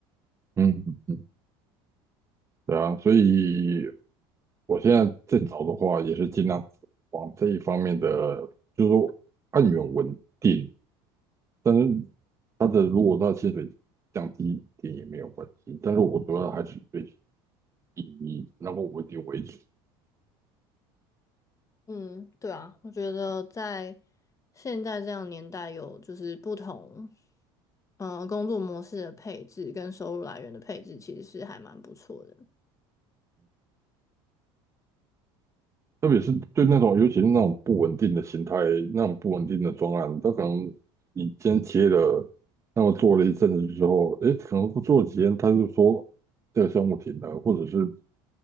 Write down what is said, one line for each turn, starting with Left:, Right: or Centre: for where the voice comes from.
Right: 嗯嗯，嗯对啊，所以我现在在找的话，也是尽量往这一方面的，就是说按源稳定，但是它的如果它的薪水降低一点也没有关系，但是我主要还是追以意义，能够稳定为主。
Left: 嗯，对啊，我觉得在现在这样年代，有就是不同，嗯、工作模式的配置跟收入来源的配置，其实是还蛮不错的。
Right: 特别是对那种，尤其是那种不稳定的形态、那种不稳定的专案，他可能你今天接了，那么做了一阵子之后，诶，可能做了几天，他就说这个项目停了，或者是